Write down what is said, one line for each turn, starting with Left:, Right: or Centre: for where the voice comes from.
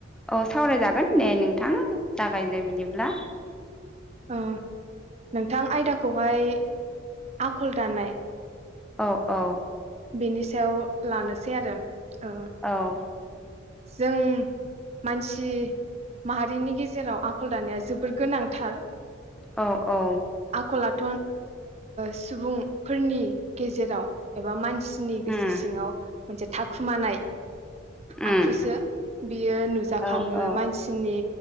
Centre: औ सावरायजागोन दे नोंथां जागायदो। जागायदो बिदिब्ला।
Right: औ नोंथां आयदाखौहाय आखल दानाय।
Centre: औ औ।
Right: बेनि सायाव लानोसै आरो। ओ
Centre: औ।
Right: जों मानसि माहारिनि गेजेराव आखल दानाया जोबोर गोनांथार।
Centre: औ-औ।
Right: आखल ओ सुबुंफोरनि गेजेराव एबा मान। सिनि गोसो
Centre: उम
Right: सिङाव। मोनसे थाखुमानाय।
Centre: उम
Right: आखुसो बियो नुजाखाङो
Centre: औ औ
Right: मानसिनि।